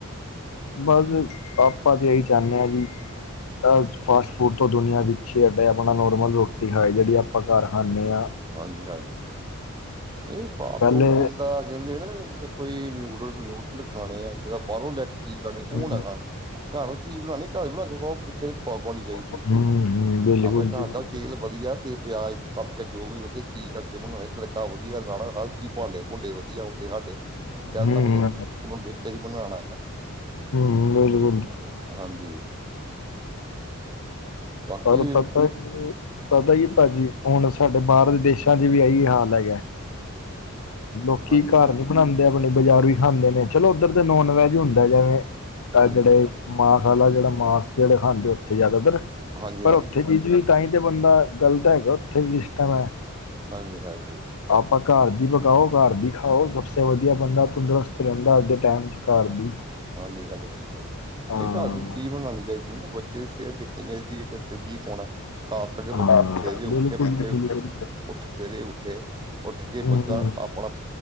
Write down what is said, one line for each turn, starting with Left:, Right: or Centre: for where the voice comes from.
Left: ਬਸ ਆਪਾ ਤੇ ਇਹੀ ਚਾਹੁੰਦੇ ਹਾਂ ਜੀ। ਐ ਫਾਸਟ ਫੂਡ ਤੋਂ ਦੁਨੀਆਂ ਪਿਛੇ ਹਟੇ ਆਪਣਾ ਨੋਰਮਲ ਰੌਟੀ ਰੋਟੀ ਹਾਏ ਜੇੜੀ ਆਪਾਂ ਘਰ ਖਾਂਨੇ ਆਂ।
Right: ਹਾਂਜੀ ਹਾਂਜੀ ਨਈ ਫਾਸਟ
Left: ਪਹਿਲੇ
Right: ਫੂਡ ਜਿੱਦਾਂ ਕੈਂਦੇ ਨਾ- ਕੋਈ ਨਿਊਡਲ ਨਿਊਡਲ ਖਾਣੇ ਆ, ਜਿਦਾ ਬਾਰੋਂ ਲੈ ਕੇ ਚੀਜ ਖਾਣੀ, ਓ
Left: ਹਮ,
Right: ਨਾ ਖਾ। ਘਰ ਚੀਜ਼ ਬਣਾਣੀ ਘਰ ਬਣਾ ਕੇ ਖਾਓ ਪਿੱਛੇ <unintelligible> ਹੋਣੀ ਚਾਈਦੀ।
Left: ਹਮ, ਹਮ, ਬਿਲਕੁਲ
Right: ਆਪਣੇ
Left: ਜੀ
Right: ਘਰ
Left: ਬਿਲਕੁਲ
Right: ਦਾ- ਤੇਲ ਵਧੀਆ ਤੇ ਪਿਆਜ ਕੱਟ ਕੇ ਜੋ ਵੀ ਵਧੀਆ ਚੀਜ ਕਰਕੇ ਬਣਾਣੀ ਤੜਕਾ ਵਧੀਆ ਲਾਣਾ। ਹਰ ਚੀਜ਼ ਭਾਂਡੇ ਭੂੰਡੇ ਵਧੀਆ ਹੁੰਦੇ ਹਾਡੇ। ਕੈਣ
Left: ਹਮ,
Right: ਦਾ ਮਲਬ
Left: ਹਮ,
Right: ਜਿਸ ਇਚ ਬਨਦੇ ਸਈ ਬਨਾਣਾ ਐ।
Left: ਹੂੰਅ <unintelligible>
Right: ਆ ਹਾਂਜੀ। ਬਾਕੀ
Left: ਪਰ ਪਤਾ ਕੀ- ਪਤਾ ਕੀ ਭਾਜੀ, ਹੁਣ ਸਾਡੇ ਬਾਰ ਦੇ ਦੇਸਾਂ 'ਚ ਵੀ ਐਈ ਹਾਲ ਹੈਗਾ। ਲੋਕੀ
Right: ਹਾਂਜੀ
Left: ਘਰ
Right: ਹਾਂ-
Left: ਨੀ ਬਣਾਂਦੇ ਆਪਣੇ ਬਜ਼ਾਰੋਂ ਈ ਖਾਂਦੇ ਨੇ। ਚਲੋ ਓਧਰ ਦਾ ਨੋਨ ਵੈਜ ਹੁੰਦਾ ਜਾ ਏ। ਤਾਂ
Right: ਹਾਂਜੀ
Left: ਜੜੇ ਮਾਸ ਆਲਾ ਜੜਾ ਮਾਸ ਜੜੇ ਖਾਂਦੇ ਓਥੇ ਜਾਦਾਤਰ।
Right: ਹਾਂਜੀ
Left: ਪਰ
Right: ਹਾਂਜੀ
Left: ਓਥੇ ਵੀ ਜੀ- ਤਾਂਈਂ ਤੇ ਬੰਦਾ ਗ਼ਲਤ ਹੈਗਾ, ਓਥੇ ਵੀ ਸਿਸਟਮ ਐ।
Right: ਹਾਂਜੀ- ਹਾਂਜੀ।
Left: ਆਪਾਂ ਘਰ ਦੀ ਬਰ ਖਾਓ ਘਰ ਦੀ ਖਾਓ ਸਬਸੇ ਵਧੀਆ ਬੰਦਾ ਤੰਦਰੁਸਤ ਰਹਿੰਦਾ ਅੱਜ ਦੇ ਟੈਮ ਚ ਘਰ ਦੀ।
Right: ਹਾਂਜੀ-ਹਾਂਜੀ ਬਿਲਕੁਲ,
Left: ਹਾਂ
Right: ਨਈ ਘਰ ਦੀ ਚੀਜ਼ ਬਣਾਣੀ ਚਾਹੀਦੀ ਨਾ ਬ ਬੱਚੇ ਦੀ ਸਿਹਤ ਦੇਖਣੀ ਚਾਹੀਦੀ ਹੈ ਬੱਚੇ ਕੀ ਖਵਾਉਣਾ, ਖ਼ਾ ਸ਼ਕਦੇ
Left: ਹਾਂ
Right: ਬੱਚਪਨ ਸਵੇਰੇ ਉੱਠੇ
Left: ਬਿਲਕੁਲ
Right: ਬੱਚੇ
Left: ਜੀ ਬਿਲਕੁਲ
Right: ਉੱਠ ਸਵੇਰੇ ਉੱਠੇ, ਉੱਠ ਕੇ
Left: ਹਮ,
Right: ਬੱਚਾ ਆਪਣਾ।